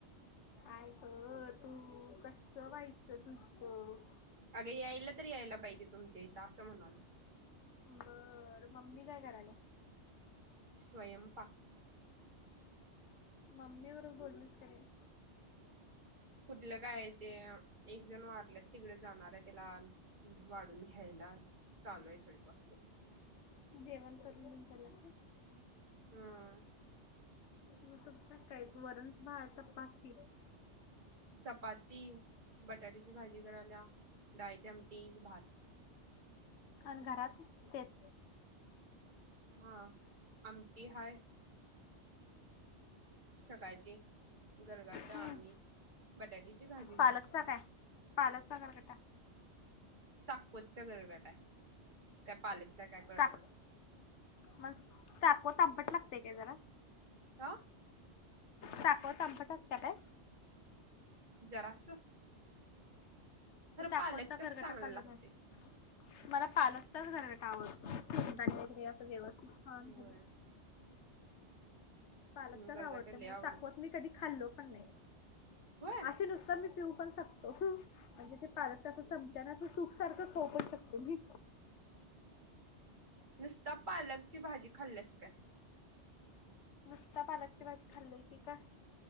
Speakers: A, on the left (about 75°); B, on the right (about 45°).
A: आय गं तू कसं व्हायचं तुझं.
B: अगं यायला तरी यायला पाहिजे, तुमच्या इथं असं म्हणाल.
A: बर, मम्मी काय करायला?
B: स्वयंपाक.
A: मम्मी बरोबर बोललीस का नाय?
B: कुठलं काय. ते एक जण वारलेत, तिकडे जाणार आहे त्याला वाढून घ्यायला चालू आहे स्वयंपाक.
A: जेवण कर म्हणू चलायचं.
B: ह्ह.
A: मग तुमचा काय? वरण, भात, चपाती.
B: चपाती, बटाट्याची भाजी करायल्या, डायची आमटी, भात
A: अन घरात तेच.
B: हा, आमटी हाय. सकाळची गरगाटा
A: हम्म
B: आणि बटाट्याची भाजी घरात
A: पालकचा
B: पण
A: काय? पालकचा गरगटा.
B: चाकवतचा गरगटाय, ते पालकचा काय कळना.
A: चाक मग चाकवट आंबट लागतेय काय जरा?
B: सा
A: चाकवट आंबट असत्या काय?
B: जरासं.
A: हमी चाकवतचा
B: पालकच
A: गरगट
B: चांगलं
A: खाल्लो
B: लागते
A: नाही. मला पालकचाच गरगटा आवडतो. शेंगदाणे वगैरे असं व्यवस्थित छान
B: होय
A: घालून. पालकचाच
B: गरगट
A: आवडतं
B: लय
A: मला
B: आवडते
A: चाकवत मी कधी खाल्लो पण नाही.
B: होय.
A: अस नुसत मी पिऊ पण शकतो. म्हणजे ते पालकच असं चमच्याना असं सूप सारखं खाऊ पण शकतो मी.
B: नुसता पालकची भाजी खाल्ल्यास काय?
A: नुसत्या पालकची भाजी खाल्लोय की का?